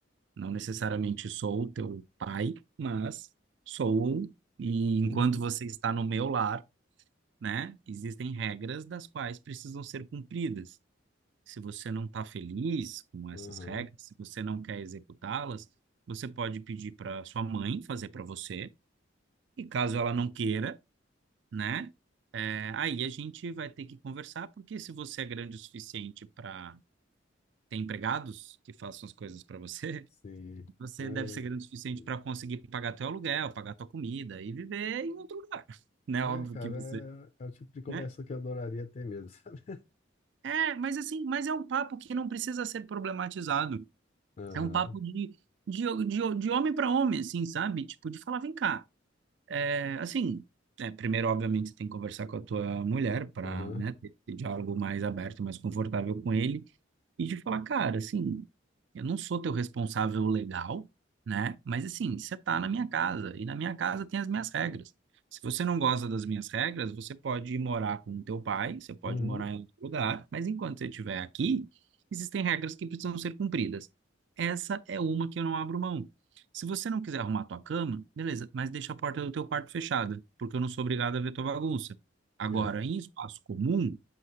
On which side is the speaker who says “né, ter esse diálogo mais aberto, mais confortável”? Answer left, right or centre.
Right